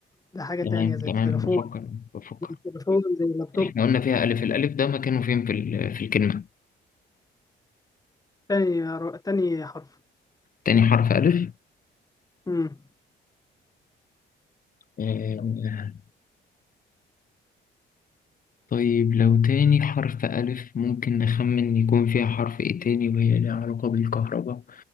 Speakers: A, on the left; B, on the left.
A: لحاجة
B: تمام
A: تانية زي
B: تمام
A: التليفون
B: بفكر بفكر
A: زي التليفون زي اللابتوب
B: إحنا قلنا فيها ألف الألف ده مكانه فين في ال- في الكلمة؟
A: تاني تاني حرف
B: تاني حرف ألف
A: امم
B: آه، طيب لو تاني حرف ألف ممكن نخمن يكون فيها حرف إيه تاني وهي ليها علاقة بالكهرباء